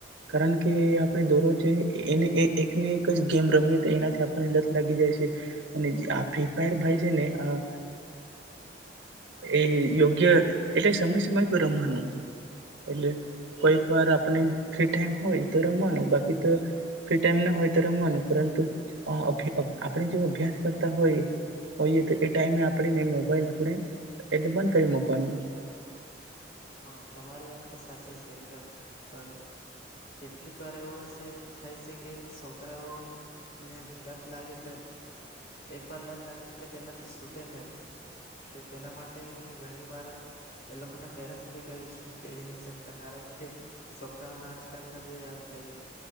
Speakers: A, on the right; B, on the left.
A: કારણ કે આપણે દોરોજ એને એકને એક જ ગેમ રમીએ તો એનાથી આપણને લત લાગી જાય છે અને આ ફ્રી ફાયર ભાઈ છે ને આ એ યોગ્ય એટલે સમય સમય પર રમવાનું એટલે કોઈક વાર આપણી ફ્રી ટાઈમ હોય તો રમવાનું બાકી તો ફ્રી ટાઈમ ના હોય તો રમવાનું પરંતુ અભ આપણે જો અભ્યાસ હો તો એ ટાઈમે આપને મોબાઈલ આપણે એ બંધ કરી મકવાનું
B: હા તમારી વાત તો સાચી છે એકદમ પણ કેટલીક વાર એવો થાય છે કે છોકરાઓ ને લત લાગે તો એક વાર લત લાગે એટલે તેનાથી છૂટે નહી એટલે તેના માટે ઘણી વાર એ લોકોના પેરાસ બે કઈ કહી નહી શકતા કારણ કે છોકરાઓ ના આજકાલ ના જોઈ આપડે કે